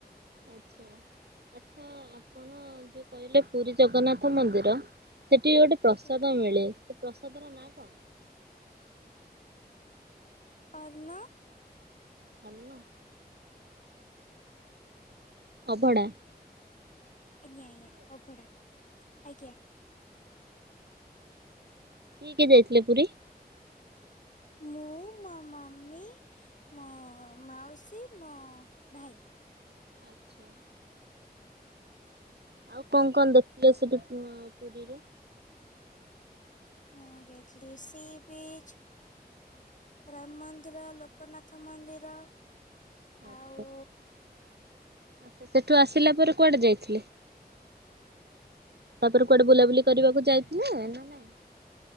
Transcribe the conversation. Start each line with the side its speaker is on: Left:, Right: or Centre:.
Right: ଆଚ୍ଛା ଆଚ୍ଛା। ଆପଣ ଯୋଉ କହିଲେ ପୁରୀ ଜଗନ୍ନାଥ ମନ୍ଦିର ସେଠି ଗୋଟେ ପ୍ରସାଦ
Left: ଆଜ୍ଞା
Right: ମିଳେ ସେ ପ୍ରସାଦର ନାଁ କଣ?
Left: ଅର୍ନ।
Right: ଅନ୍ନ? ଅଭଡ଼ା।
Left: ଆଜ୍ଞା ଆଜ୍ଞା ଅଭଡା ଆଜ୍ଞା।
Right: କି କି ଯାଇଥିଲେ ପୁରୀ?
Left: ମୁଁ, ମୋ ମମି, ମୋ ମାଉସୀ, ମୋ ଭାଇ।
Right: ଆଚ୍ଛା। ଆଉ କଣ କଣ ଦେଖିଲେ ସବୁ ଉ ପୁରୀରେ?
Left: ମୁଁ ଯାଇଥିଲି ସି ବିଚ୍। ରାମ ମନ୍ଦିର, ଲୋକନାଥ ମନ୍ଦିର।
Right: ଆଚ୍ଛା
Left: ଆଉ
Right: ଆଚ୍ଛା, ସେଠୁ ଆସିଲା ପରେ କୁଆଡ଼େ ଯାଇଥିଲେ? ତାପରେ କୁଆଡେ ବୁଲାବୁଲି କରିବାକୁ ଯାଇଥିଲେ ନା ନାଇଁ?